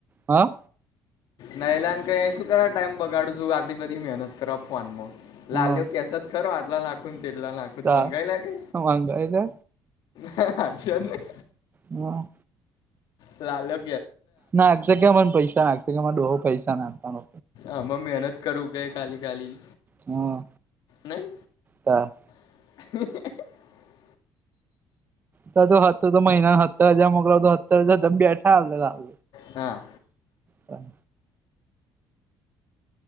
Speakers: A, on the right; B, on the left.
A: હા.
B: નયલાન કે એ એ શું કરવા ટાઈમ બગાડું છું આટલી બધી મહેનત કરવા ફોન મો. લાલ્યો
A: હા
B: કેસત ખરો આટલા નાખો તેટલા નાખુ
A: તા
B: મંગાઈ લાગે.
A: માંગા એટલે
B: હ સાચી વાત નહી.
A: હા.
B: લાલો
A: ના અક્ષે કેહ મન પૈસા નાખશે કે માં ડોહો પૈસા નાખતાનો
B: આમાં મહેનત કરું કે ખાલી ખાલી.
A: હા.
B: નહી
A: હા.
B: <unintelligible>
A: તો તો હતો તો મહિના હત્તા જે મોકલો તો સત્તર હજાર ત બેઠા હ લાગ
B: હા.
A: હા.